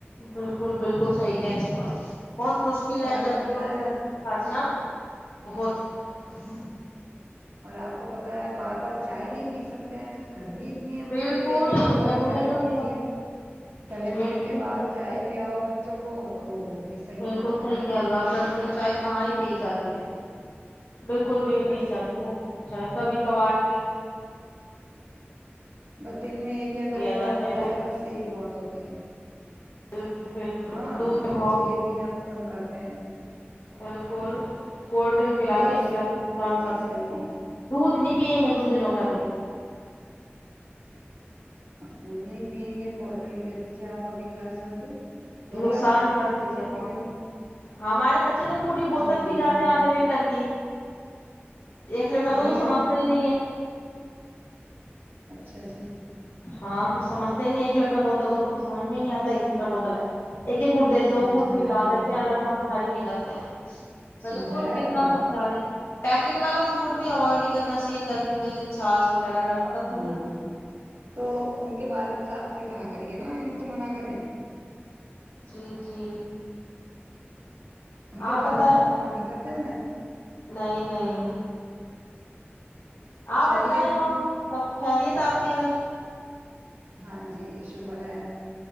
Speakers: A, on the left (about 85°); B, on the right (about 85°).
A: بالکل بالکل صحیح کہ تو آپ بہت مشکل
B: اور
A: ہے
B: آپ
A: گرمیوں
B: کو پتا
A: میں
B: ہے
A: گرمیاں کاٹنا بہت ہوں
B: اور آپ کو پتا ہے بار بار چائے نہیں پی سکتے ہیں گرمی نی مشکل
A: بالکل
B: سے ایک ہے دو باری
A: گرمی
B: چائے بنتی
A: تو یہ
B: ہے تلے
A: بالکل
B: بنے کے بعد
A: بالکل
B: چائے پیاؤ بچوں کو ہو تو بھی صحیح
A: بالکل
B: نہیں لگتا
A: صحی
B: ہے
A: کہہ رہ ہو آپ گرمی میں چائے کہاں ہی پی جاتی ہے بالکل بھی نہیں
B: بس
A: پی جاتی ٹرک کا بھی کوار
B: بدے ان میں ایک یا دو
A: لیا
B: بار
A: جاتا
B: ہو جائے بس ایک بہت ہوتی ہے
A: بال بالکل
B: ہاں
A: دودھ دباؤ
B: بچے
A: ی
B: یہ پینا پسند کرتے ہیں
A: بالکل کولڈ ڈرنک پلا
B: بس
A: رہی ہے پلا نقصان
B: کوئی چیز
A: کرتے
B: صحیح
A: رہتے
B: نہیں
A: ہیں دودھ نہیں پییں گے تو کچھ دنوں کا
B: دودھ نہیں پییں گے کول ڈرنک دیجیے آپ ابھی گلاس بھر کے دو گلاس
A: نقصان
B: بھر کے
A: کرتی
B: دے دیجیے
A: ہے
B: پی
A: بہت
B: لیں گے
A: ہمارے بچے تو پوری بوتل
B: ارے بھائی
A: پی جاتے ہیں ادھے لیٹر کی ایک لیٹر کو
B: ارے
A: تو سمجھتا ہی نہیں ہے
B: اچھا جی
A: ہاں کو سمجھتے نہیں ایک لیٹر بوتل کا تو کو سمجھ میں نہیں اتا ایک لٹا بوتل ایک ایک گڈ دے دو
B: سمجھایا
A: گٹ نکال
B: کرو
A: دیتے ہیں
B: آپ
A: لگ بھگ ساری پی جاتے ہیں بالکل
B: سمجھایا
A: کتنا
B: کرو
A: سوال
B: آپ
A: ہے پیکٹ والا اونٹ بھی اوائڈ نہیں کرنا چاہیے گرمی میں جو چھاچ وق وغیرہ ہے پتا ت
B: ہاں
A: ک
B: تو ان کے والد صاحب سے کہا کریے نا ان کو منع کریں
A: جی جی
B: ان کے
A: آپ
B: والد
A: بتائیں
B: صاحب
A: سب
B: منع نہیں کرتے انہیں
A: نہیں نہیں آپ
B: چلیے
A: بتائ اور سب خیریت آپ کے گھر
B: ہاں جی شکر ہے